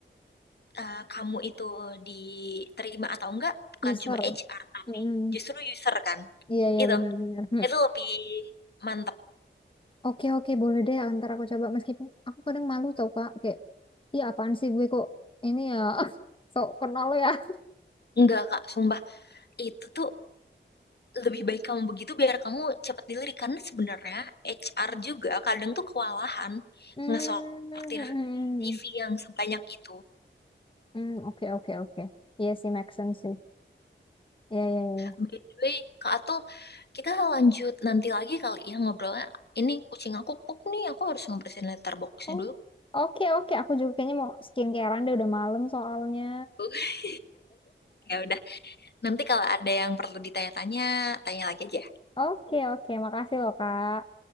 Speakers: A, on the left (about 55°); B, on the left (about 25°).
A: eh, kamu itu diterima atau enggak bukan
B: Yes, sir.
A: cuma HR tapi
B: Mm-mm.
A: justru user kan
B: Iya, iya
A: itu
B: benar-benar.
A: itu lebih mantap
B: Oke oke boleh deh antar aku coba meskipun aku kadang malu tau kak kayak iya apaan sih gue kok ini ya <laughs> sok kenal ya. <laughs>
A: enggak kak sumpah itu tuh lebih baik kamu begitu biar kamu cepat dilirik karena sebenarnya HR juga kadang tuh kewalahan
B: Hmm,
A: ngesortir
B: hmm
A: TV yang sebanyak itu.
B: Hmm, oke oke oke. Iya sih make sense sih. Iya iya iya.
A: By the way, Kak Atul, kita lanjut nanti lagi kali ya ngobrolnya. Ini kucing aku pup nih, aku harus ngebersihin litter boxnya
B: Oh,
A: dulu.
B: Oke oke aku juga kayaknya mau skincarean deh udah malam soalnya.
A: <laughs> Ya udah. Nanti kalau ada yang perlu ditanya-tanya, tanya lagi aja.
B: Oke oke makasih loh kak.